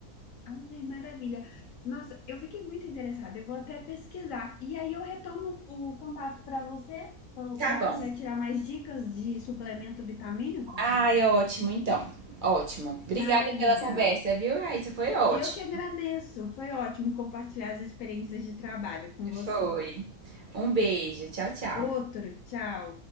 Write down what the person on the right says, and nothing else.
Tá bom.
Ai, ótimo, então. Ótimo. Obrigada
pela conversa, viu, Raíssa? Foi ótimo.
Foi. Um beijo. Tchau, tchau.